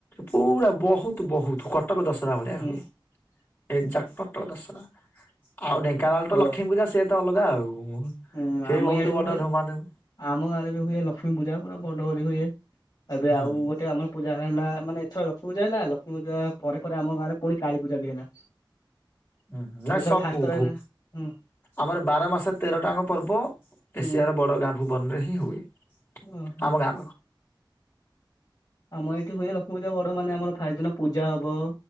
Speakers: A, on the left; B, on the left.
A: ପୁରା ବହୁତ ବହୁତ କଟକ ଦଶହରା ଭଳିଆ
B: ହୁଁ
A: ହୁଏ। ଏ ଜାକ ପତ୍ର ଦଶହରା ଆଉ ଢେଙ୍କାନାଳ ତ
B: ଓ
A: ଲକ୍ଷ୍ମୀପୂଜା ସେତ ଅଲଗା ଆଉ
B: ହୁଁ
A: ସେଇ
B: ଆମ
A: ବହୁତ
B: ଇଆଡେ ବି
A: ବଡ
B: ହୁଏ
A: ଧୁମାଧୁମ
B: ଆମ ଗାଁରେ ବି ହୁଏ ଲକ୍ଷ୍ମୀ ପୂଜା ପୁରା ବଡ କରି ହୁଏ, ଏବେ
A: ହୁଁ
B: ଆଉ ଏତବେ ଆମର ପୂଜା ହେଲା, ମାନେ ଏଥର ଲକ୍ଷ୍ମୀ ପୂଜା ହେଲା, ଲକ୍ଷ୍ମୀ ପୂଜା ପରେ ଆମ ଗାଁରେ ପୁଣି କାଳୀପୂଜା ବି ହେଲା। <inaudible>
A: ହୁଁ, ନାଇଁ
B: ଏଥର
A: ସବୁ
B: ଫାଷ୍ଟଥର
A: ଭୁ
B: ହେଲା ହୁଁ
A: ଆମର ବାର ମାସ ତେରଟାଙ୍କ ପର୍ବ,
B: ହୁଁ
A: ଏସିଆର ବଡ଼ ଗାଁ ଭୁବନରେ ହିଁ ହୁଏ।
B: ଓହୋ
A: ଆମ ଗାଁ
B: ଆମ ଏଇଠି ହୁଏ ଲକ୍ଷ୍ମୀ ପୂଜା ବଡ ମାନେ ଆମର ଫାଇ ଦିନ ପୂଜା ହବ,